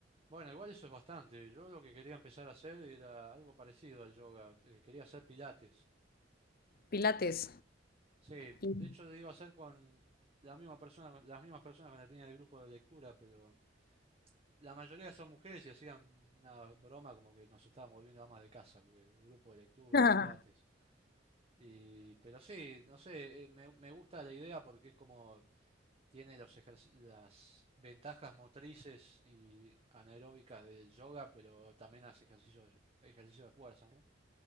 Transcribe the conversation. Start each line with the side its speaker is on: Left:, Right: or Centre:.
Right: Bueno, igual eso es bastante, yo lo que quería empezar a hacer era algo parecido al yoga, eh, quería hacer pilates.
Left: Pilates.
Right: Sí, de
Left: Y-
Right: hecho lo iba a hacer con la misma persona, con las mismas personas con las que tenía el grupo de lectura, pero la mayoría son mujeres y hacían una broma como que nos estábamos volviendo amas de casa, porque el grupo de lectura,
Left: <laughs>
Right: pilates. Y, pero sí, no sé, eh, me, me gusta la idea porque es como tiene los ejerc- las ventajas motrices y anaeróbicas del yoga, pero también hace ejercicios, ejercicio de fuerza, ¿no?